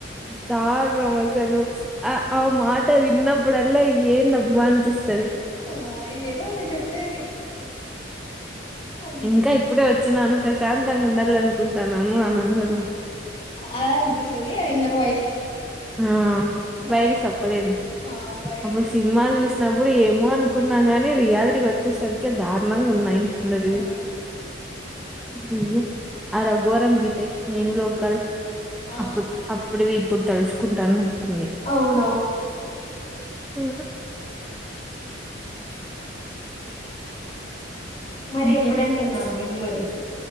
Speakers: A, in the centre; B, on the left.
A: దారిలో మనుషులందరూ కూర్చొని ఆ ఆ మాట విన్నప్పుడలా ఏన్ అబ్బా అనిపిస్తది
B: ఆ ఏదో ఒకటి చెప్పేది అంతే
A: ఇంకా ఇప్పుడే వచ్చినను ప్రశాంతంగా ఉండాల అనుకుంటాన్నాను అనందలో
B: అలా అనిపిస్తుది అది ఇన్నర్ వాయిస్
A: ఆ
B: లోపలిది
A: బయట చెప్పలేం
B: ఆ బయటకి
A: అప్పుడు
B: చెప్పలే
A: సినిమా చూస్త నాప్పుడు ఏమో అనుకున్నాం గాని రియాలిటీకి వచ్చేసరికి దారుణంగా ఉన్నాయి అందరివి
B: అవును
A: నేను ఆ రఘువరన్ బీటెక్ నేను లోకల్
B: ఆ
A: అప్పుడు అప్పుడువి ఇప్పుడు తలుచుకుంటానట్టుంది
B: అవునవును
A: ఉమ్
B: మరి
A: ఇంకేం
B: ఎప్పుడు వెళ్తున్నారు బెంగళూరు
A: చూసావు?